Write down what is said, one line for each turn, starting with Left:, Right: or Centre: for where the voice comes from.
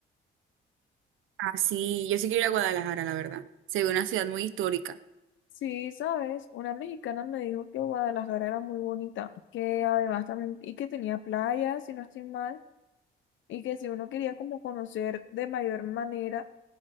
Right: Ah, sí, yo sí quiero ir a Guadalajara, la verdad. Se ve una ciudad muy histórica.
Left: Sí, sabes, una mexicana me dijo que Guadalajara era muy bonita, que además también, y que tenía playas, si no estoy mal, y que si uno quería como conocer de mayor manera,